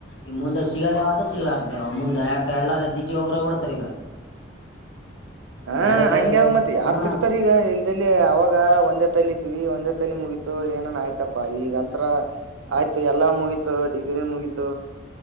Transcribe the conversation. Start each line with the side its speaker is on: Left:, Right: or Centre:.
Left: ಈ ಮುಂದೆ ಸಿಗದೇಾವದ ಸಿಗಲಾರ್ದೇವ ಮುಂದೆ ಯಾಕ ಎಲ್ಲಾರ ದಿಕ್ಕ ಒಬಬಡ್ತ ರ ಈಗ
Right: <unintelligible> ಹಾ
Left: ಬೇರೆ
Right: ಹಂಗ್ಯಾರ
Left: ಬೇರೆ ಬೇರೆ
Right: ಮತ್ೆ ಯಾರು
Left: ಹಾ
Right: ಸಿಕ್ತಾರ ಈಗ ಇಲ್ದೆಲ್ಲಿ ಅವಾಗ ಒಂದೇ ತಲ್ಲ ಇದ್ವಿ ಒಂದೇ ಮಲಿ ಮುಗೀತು ಏನನ್ ಆಯ್ತಪ್ಪಾ ಈಗ ಅಂರ ಆಯ್ತು ಎಲ್ಲಾ ಮುಗೀತು ಡಿಗ್ರಿ ಮುಗೀತು